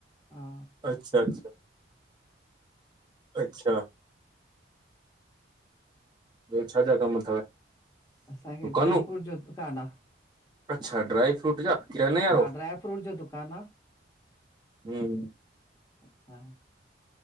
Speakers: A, on the left; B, on the right.
A: हा
B: अच्छा अच्छा अच्छा। ॿियो, छा छा कमु अथव?
A: असांखे
B: दुकानूं
A: ड्राई फ्रूट जो दुकानु आ।
B: अच्छा ड्राई फ्रूट जा। किराने वारो
A: हा ड्राय फ्रूट जो दुकान आ।
B: हम्म
A: अच्छा।